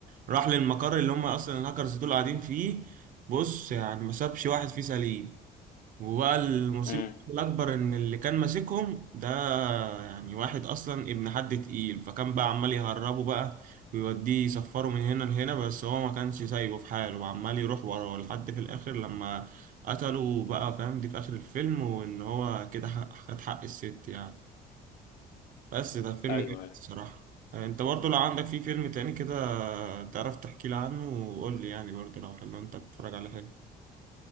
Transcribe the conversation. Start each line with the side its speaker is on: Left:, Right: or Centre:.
Right: راح للمقر اللي هم اصلا الهاكرز دول قاعدين فيه بص يعني ما سابش واحد فيه سليم وبقى المصيبة
Left: امم
Right: الأكبر إن اللي كان ماسكهم ده يعني واحد أصلا ابن حد تقيل فكان بقى عمال يهربه بقى ويوديه يسفره من هنا لهنا بس هو ما كانش سايبه في حاله وعمال يروح وراه لحد في الآخر لما قتله بقى فاهم دي في آخر الفيلم وإن هو كده حق- خد حق الست يعني بس ده فيلم
Left: ايوه
Right: جامد
Left: ايوه
Right: الصراحة أنت برضو لو عندك فيه فيلم تاني كده تعرف تحكي لي عنه وقول لي يعني برضو لو حلو أنت بتتفرج على حاجة